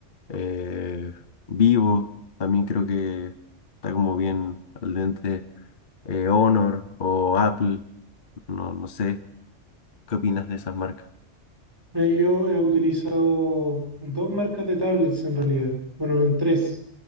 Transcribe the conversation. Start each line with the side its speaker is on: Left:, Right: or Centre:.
Left: eh, Vivo? También creo que está como bien al dente eh, Honor o Apple, no, no sé, ¿qué opinas de esas marcas?
Right: Eh, Yo he utilizado dos marcas de tablets en realidad. Bueno, en tres.